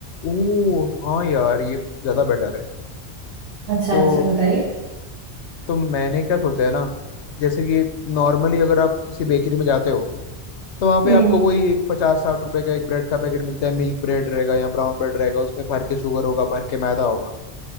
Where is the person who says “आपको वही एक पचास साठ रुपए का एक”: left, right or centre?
Left